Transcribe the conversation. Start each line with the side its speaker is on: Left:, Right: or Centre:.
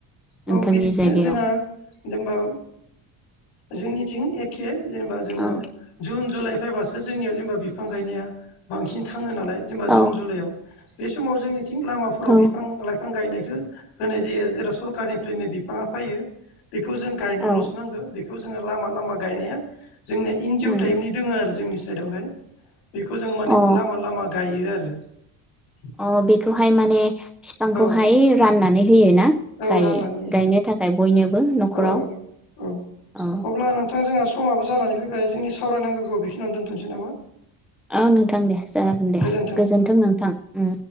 Centre: नोंथांनि
Left: औ बिदिनो
Centre: जायगायाव
Left: जोंहा जेनेबा जोंनिथिं एखे जेनेबा जोङो
Centre: औ
Left: जुन जुलाइ फैबासो जोंनियाव जेनेबा बिफां गायनाया बांसिन थाङो नालाय जेनेबा जुन
Centre: औ
Left: जुलाइआव बे समाव जोंनिथिं लामाफोराव
Centre: औ
Left: बिफां लाइफां बिफां गायनायखौ होनाय जायो जेराव सरखारनिफ्रायनो बिफाङा फैयो। बेखौ जों गायनोल'सो
Centre: औ
Left: नांगौ बेखौ जोङो लामा लामा गायनाया जोंनिया एनज अ
Centre: उम
Left: टाइपनि दोङो आरो जोंनि साइडआवहाय बेखौ जोो माने
Centre: अ
Left: लामा लामा गायो आरो। <inaudible>
Centre: अ बेखौहाय माने बिफांखौहाय
Left: औ
Centre: राननानै होयोनााय
Left: औ राननानै
Centre: गायनो थाखाय बयनोबो
Left: होयो
Centre: न'खराव
Left: औ औ
Centre: औ
Left: अब्ला नोंथाङा जोंहा समाबो जानानै फैबाय जोंनि सावरायनांगौखौ बेखिनियाव दोनथ'नोसै नामा।
Centre: औ नोंथां दे जागोन दे
Left: गोजोन्थों
Centre: गोजोनथों नोंथां ओ